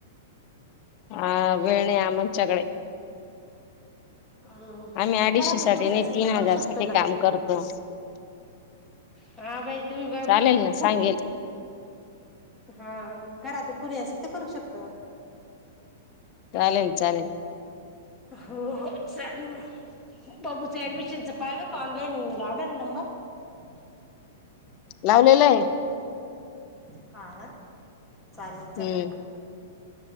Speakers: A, on the left; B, in the centre.
A: हां वेळ नाई आमच्याकडे.
B: हम्म
A: आम्ही अडीचशे
B: घरातून
A: साठी
B: कुणी असल
A: नाही तीन
B: तर करू
A: हजार
B: शकतं
A: साठी
B: ना
A: काम करतो
B: हां बाई बरोबर
A: चालेल
B: आहे.
A: ना सांगेल
B: हां घरातून कुणी असेल तर करू शकतं.
A: चालेल चालेल.
B: हो हो चालू मग बाबूचं ऍडमिशनच पहा बरं का ऑनलाईन <unintelligible>
A: लावलेलं आहे.
B: <unintelligible> चालुये चालू
A: हम्म